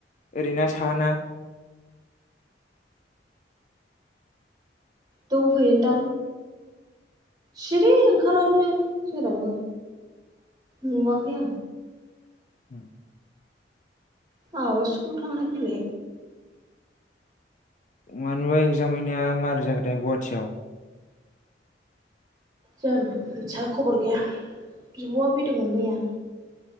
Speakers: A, on the left; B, on the right.
A: ओरैना साहाना।
B: दंफैयोनदां सिरि ओंखारालायै जेरावबो नुवाखै आं।
A: उम।
B: आंहाबो स्कुल थांलाय-फैलाय
A: मानिबा एगजाम हैनाया मारै जाखोथाय गुवाहाटियाव?
B: जानो मिथिया खबर गैया बिब'आ फैदोंमोन मैया।